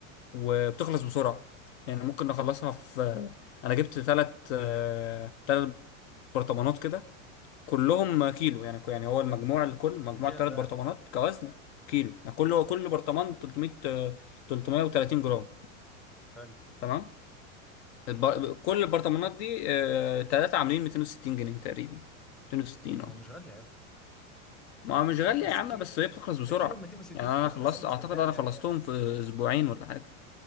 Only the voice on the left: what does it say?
وبتخلص بسرعة يعني ممكن نخلصها في أنا جبت تلات آه، تلات برطمانات كده كلهم كيلو يعني يعني هو المجموع الكل مجموع
تلات
برطمانات كوزن كيلو يعني كل كل برطمان 300 آه، 330 جرام
تمام الب- كل البرطمانات دي آه، تلاتة عاملين 260 جنيه تقريبا 260
اه
ما مش غالية
يا عم
بس هي بتخلص بسرعة
يعني أنا
خلصت
أعتقد أنا
خلصتهم
في أسبوعين ولا حاجة